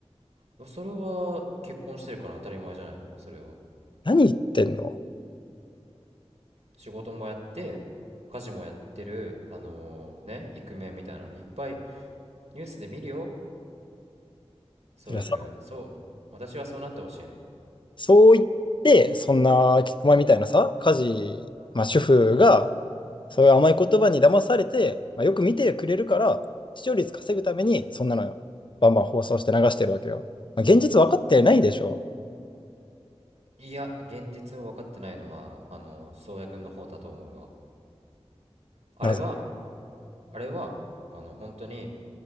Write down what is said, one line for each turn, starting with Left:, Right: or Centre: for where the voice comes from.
Right: やそれは結婚してるから当たり前じゃないのそれは
Left: 何言ってんの
Right: 仕事もやって家事もやってるあのーねイクメンみたいなのいっぱいニュースで見るよ宗谷くんそう私はそうなってほしいの
Left: それはさ、そう言って、そんな、お前みたいなさ、家事、まあ主婦が、そういう甘い言葉に騙されて、まあ、よく見てくれるから、視聴率稼ぐために、そんなのバンバン放送して流してるわけよ。まあ、現実分かってないでしょ。
Right: いや、現実を分かってないのは、あの、宗谷君の方だと思うわ。あれは、
Left: なぜ
Right: あれは、あの、本当に